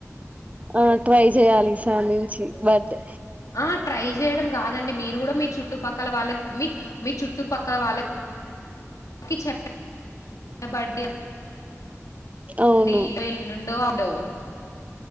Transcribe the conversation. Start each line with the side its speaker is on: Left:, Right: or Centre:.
Right: ఆ ట్రై చేయాలి స్వామించి బర్డే
Left: ఆ ట్రై చేయడం కాదండి మీరు కూడా మీ చుట్టుపక్కల వాళ్ళకి మీ మీ చుట్టుపక్కల వాళ్ళకి చెప్ప బడేల
Right: అవును
Left: డి వెళ్ల్ండో అప్ డో